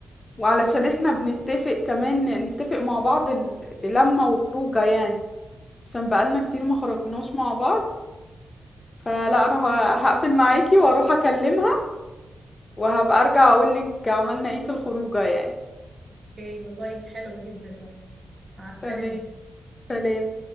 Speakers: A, on the left; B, on the right.
A: وعلشان احنا بنتفق كمان نتفق مع بعض ل- للمة وخروجه يعني عشان بقالنا كتير ما خرجناش مع بعض فلا انا ه- هقفل معاكي واروح اكلمها وهبقى ارجع اقولك عملنا ايه في الخروجه يعني
B: اوكي والله حلو جدا يعني مع السلامة
A: تمام سلام